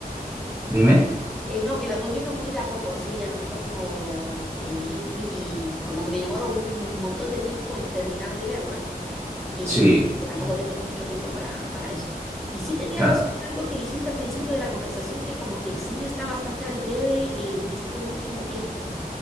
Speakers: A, on the right; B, in the centre.
A: dime.
B: Eh, no, que las voy viendo muy de a poco, así a lo mejor como eh, muy, como que me demoro un montón de tiempo en terminar de verlas, y
A: Sí,
B: tampoco
A: sí.
B: tengo mucho tiempo para, para eso. Y sí tenía
A: Claro,
B: razón en algo que dijiste al principio de la conversación, que como que el cine está bastante al debe en este último tiempo.